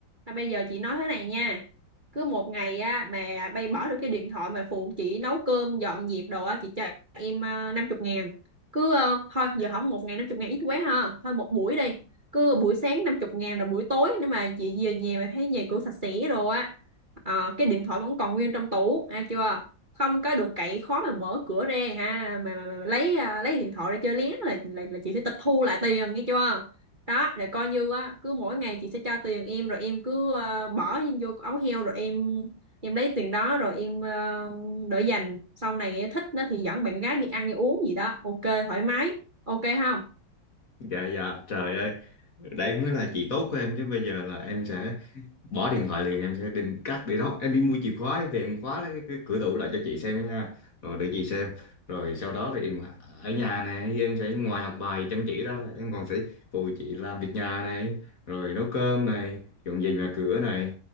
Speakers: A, on the right; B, on the left.
A: thôi bây giờ chị nói thế này nha. Cứ một ngày á mà bay bỏ được cái điện thoại mà phụ chị nấu cơm, dọn dẹp đồ á, chị cho em ờ, năm chục ngàn. Cứ ờ, thôi giờ không một ngày năm chục ngàn ít quá ha. Thôi một buổi đi. Cứ buổi sáng năm chục ngàn rồi buổi tối nếu mà chị về nhà mà thấy nhà cửa sạch sẽ rồi á. ờ, cái điện thoại vẫn còn nguyên trong tủ, à chưa? Không có được cậy khó mà mở cửa ra ha, mà, mà, mà lấy ờ, lấy điện thoại ra chơi lén là, là là chị sẽ tịch thu lại tiền nghe chưa? đó rồi coi như á cứ mỗi ngày chị sẽ cho tiền em rồi em cứ ờ, bỏ vô ống heo rồi em em lấy tiền đó rồi em ờ, đỡ dành sau này thích nó thì dẫn bạn gái đi ăn đi uống gì đó ok thoải mái ok không
B: dạ dạ trời ơi đấy mới là chị tốt của em chứ bây giờ là em sẽ bỏ điện thoại liền em sẽ định cắt để đó em đi mua chìa khóa về em khóa cái, cái cửa tủ lại cho chị xem nha rồi để chị xem rồi sau đó thì em ở nhà này em sẽ ngoài học bài chăm chỉ ra em còn sẽ phụ chị làm việc nhà này rồi nấu cơm này dọn dẹp nhà cửa này